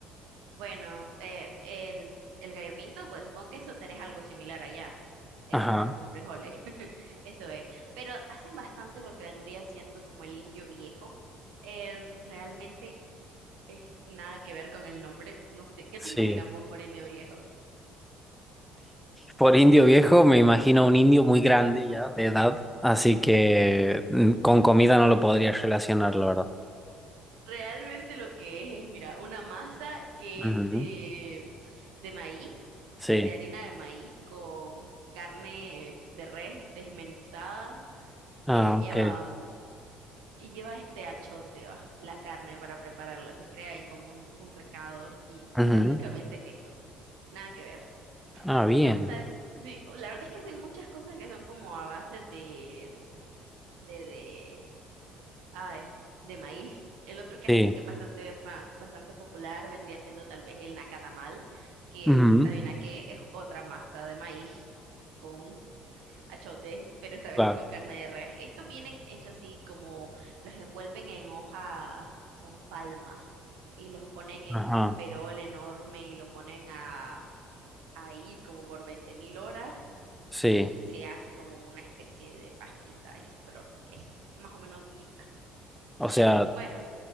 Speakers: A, on the right; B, in the centre.
A: Bueno, eh, el, el gallo pinto, pues supongo que eso tenés algo similar allá. Es
B: Ajá,
A: arroz con frijoles. <laughs> Eso es. Pero hacen bastante lo que vendría siendo como el indio viejo. Eh, realmente es nada que ver con el nombre. No sé, ¿qué
B: sí.
A: te imaginas vos por indio viejo?
B: Por indio viejo me imagino un indio muy grande ya de edad, así que mm, con comida no lo podría relacionar, la verdad.
A: Realmente lo que es es, mira, una masa que
B: Ujú,
A: es de, de maíz,
B: Sí.
A: de harina de maíz con carne de res desmenuzada,
B: Ah,
A: eh, lleva
B: ok.
A: mm, y lleva este achote, va, la carne para prepararla, se crea ahí como un, un recado y,
B: Ujú.
A: y básicamente eso, nada que ver.
B: Ah, bien.
A: Otra cosa, sí, la verdad es que hacen muchas cosas que son como a base de, de, de Ay, de maíz. El otro que
B: Sí.
A: hacen que es bastante, fa- bastante popular vendría siendo tal vez el nacatamal, que
B: Ujú,
A: adivina qué, es otra masa de maíz con achotes, pero esta vez
B: Claro.
A: es con carne de res. Estos vienen hechos así como los envuelven en hoja, son palmas, y los ponen en
B: Ajá.
A: un perol enorme y lo ponen a, ahí como por veinte mil horas
B: Sí.
A: y se hace como una especie de pastita ahí, pero que es más o menos durita.
B: O
A: Y
B: sea,
A: bueno,